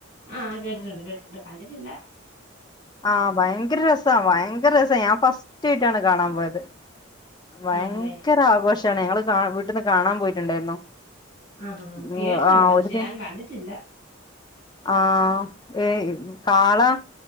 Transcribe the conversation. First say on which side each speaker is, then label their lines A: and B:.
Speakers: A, on the left; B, on the left.
A: ആഹ് കേട്ടിട്ടുണ്ട് കേട്ടിട്ടുണ്ട് കണ്ടിട്ടില്ല
B: ആഹ് ഭയങ്കര രസാ ഭയങ്കര രസാ ഞാൻ ഫസ്റ്റ് ആയിട്ടാണ് കാണാൻ പോയത് ഭയങ്കര
A: ആണല്ലേ
B: ആഘോഷാണ് ഞങ്ങള് കാ വീട്ടന്ന് കാണാപോയിട്ടുണ്ടായിരുന്നു
A: ആഹ് ആഹ് കേട്ടിട്ടുണ്ട്
B: ഉം ആഹ്
A: പക്ഷെ ഞാൻ
B: <unintelligible>
A: കണ്ടിട്ടില്ല
B: ആഹ് ഏയ് കാള